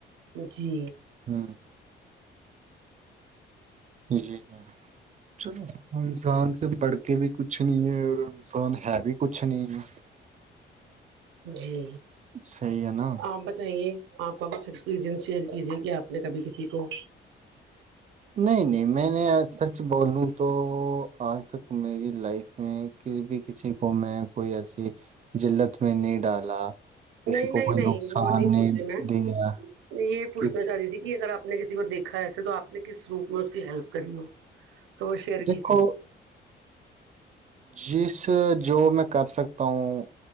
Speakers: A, on the right; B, on the right.
A: جی
B: ہ جی چلو انسان سے بڑھ کے بھی کچھ نہیں ہے اور انسان ہے بھی کچھ نہیں ہے <inaudible>
A: جی
B: صحی ہے نا
A: آپ بتائیے آپ کا کچھ ایکسپیرئنس شیئر کیجیے کہ آپ نے کبھی کسی کو
B: نہیں نہیں میں نے سچ بولوں تو آج تک میری لائف میں کسی بھی کسی کو میں کوئی ایسی جلت میں نہیں ڈالا کسی
A: نہیں
B: کو
A: نہیں
B: کوئی
A: نہیں
B: نقصان
A: وہ نہیں پوچھ رہی میں
B: دیا
A: یہ پوچھنا
B: کس
A: چاہ رہی تھی کہ اگر آپ نے کسی کو دیکھا ہے ایسے تو آپ نے کس روپ موکل کریوں تو شیئر
B: دیکھو
A: کیجیے
B: جس جو میں کر سکتا ہوں